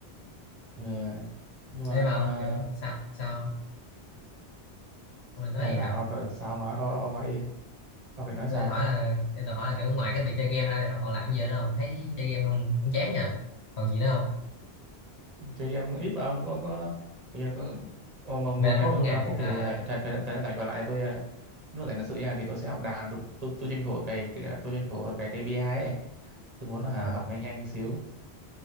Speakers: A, on the right; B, on the left.
A: ờ nhưng mà
B: ê mà ông kiểu sao sao ông Ông nói
A: em
B: gì hả
A: mà ông, sao ông nói ông, ông nói đi ông định nói
B: tôi
A: sao
B: định hỏi là em định hỏi là kiểu ngoài cái việc chơi game ra thì ông còn làm gì nữa không thấy chơi game không cũng chán nha còn gì nữa không
A: chơi game ít mà ông có có bây giờ có, ờ, mà một
B: 15
A: ngày
B: phút
A: tôi
B: ngày
A: có 15 phút
B: à,
A: thì ờ, thời thời thời gian rảnh còn lại tôi ờ, nếu mà rảnh thật sự nha thì tôi sẽ học đàn tôi tôi, tôi tranh thủ cái, cái tôi tranh thủ cái KPI ấy tôi muốn hả,
B: à
A: học nhanh nhanh xíu